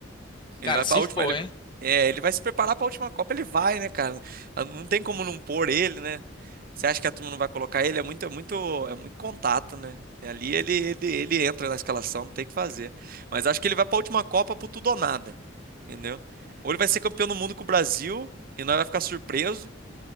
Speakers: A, on the right (about 45°); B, on the left (about 25°).
A: Ele
B: Cara,
A: vai
B: se
A: pra última.
B: for,
A: Ele...
B: hein?
A: É, ele vai se preparar pra última Copa, ele vai, né, cara? Ah, Não tem como não pôr ele, né? Você acha que a turma não vai colocar ele? É muito, é muito, é muito contato, né? Ali ele, ele, ele entra na escalação, não tem o que fazer. Mas acho que ele vai pra última Copa pro tudo ou nada. Entendeu? Ou ele vai ser campeão do mundo com o Brasil e nós vai ficar surpreso,